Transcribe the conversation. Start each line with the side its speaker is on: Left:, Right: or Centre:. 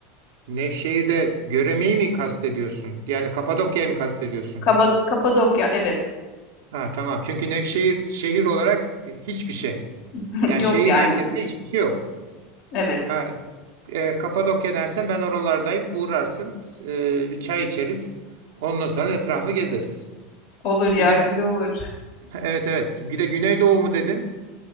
Right: Nevşehir'de Göreme'yi mi kastediyorsun? Yani Kapadokya'yı mı kastediyorsun?
Left: Kaba- Kapadokya evet.
Right: Ha tamam. Çünkü Nevşehir şehir olarak hiçbir şey.
Left: <laughs>
Right: Yani
Left: Yok
Right: şehir
Left: yani.
Right: merkezinde hiçbir şey yok.
Left: Evet.
Right: Ha, e, Kapadokya dersen ben oralardayım. Uğrarsın. e, bir çay içeriz. Ondan sonra etrafı gezeriz.
Left: Olur ya
Right: Bir de
Left: güzel olur.
Right: <laughs> evet evet. Bir de Güneydoğu mu dedin?